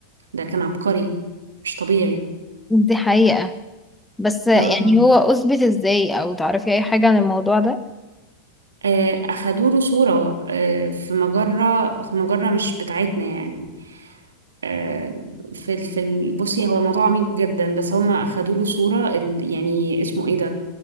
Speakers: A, on the right; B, in the centre.
A: ده كان عبقري مش طبيعي
B: دي حقيقه بس يعني
A: اه
B: هو اثبت ازاي او تعرفي اي حاجه عن الموضوع ده
A: آه، اخدوا له صورة آه، في مجرة في مجرة مش بتاعتنا يعني آه، في ال- في ال- بصي هو الموضوع عميق جدا بس هما اخدوا له صورة ال- يعني اسمه ايه ده